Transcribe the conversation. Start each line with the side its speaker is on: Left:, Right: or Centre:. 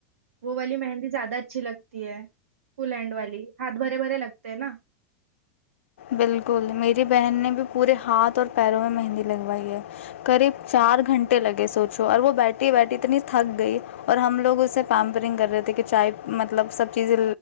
Right: وہ والی مہندی زیادہ اچھی لگتی ہے پل ہینڈ والی ہاتھ بھرے بھرے لگتے ہیں نا
Left: بالکل میری بہن نے بھی پورے ہاتھ اور پیروں میں مہندی لگوائی ہے قریب چار گھنٹے لگے سوچو اور وہ بیٹھی بیٹھی اتنی تھک گئی اور ہم لوگ اسے پیمپرنگ کر رہے تھے کہ چائے مطلب سب چیزیں